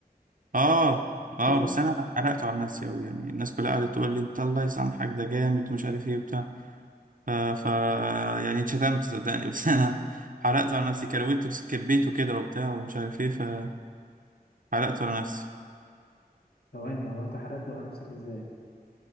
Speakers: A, on the right; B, on the left.
A: اه اه
B: شفته
A: بس انا حرقته على نفسي قوي يعني الناس كلها قعدت تقول لي انت الله يسامحك ده جامد ومش عارف ايه وبتاع ف... ف يعني اتشتمت صدقني <laughs> بس انا حرقته على نفسي كرويته كبيته كده وبتاع ومش عارف ايه فحرقته على نفسي
B: ثواني هو انت حرقته على نفسك ازاي